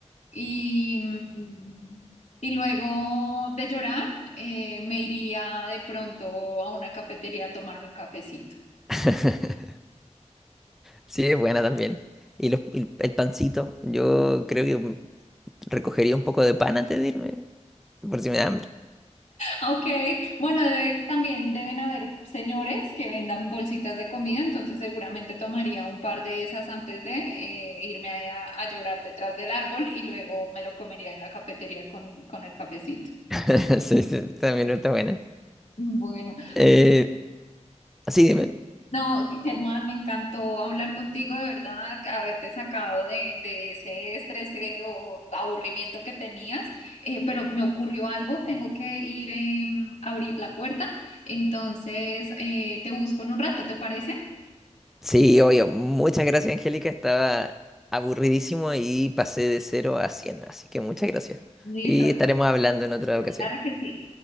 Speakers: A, on the left; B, in the centre.
A: Y, mm, y luego de llorar, eh, me iría de pronto a una cafetería a tomarme un cafecito.
B: <laughs> Sí, es buena también. Y los- el, el pancito, yo creo que mm, recogería un poco de pan antes de irme, por si me da hambre.
A: Ok, bueno, debe- también deben haber señores que vendan bolsitas de comida, entonces seguramente tomaría un par de esas antes de eh, irme a, a llorar detrás del árbol y luego me lo comería en la cafetería con, con el cafecito.
B: <laughs> Sí, sí, también está buena.
A: Bueno,
B: Eh, sí, dime.
A: No, Germán, me encantó hablar contigo, de verdad, haberte sacado de, de ese estrés eh, o aburrimiento que tenías, Eh, pero me ocurrió algo, tengo que ir eh, a abrir la puerta, entonces eh, te busco en un rato, ¿te parece?
B: Sí, obvio. Muchas gracias, Angélica. Estaba aburridísimo y pasé de cero a 100. así que muchas gracias.
A: Listo,
B: Y estaremos hablando en otra ocasión.
A: claro que sí.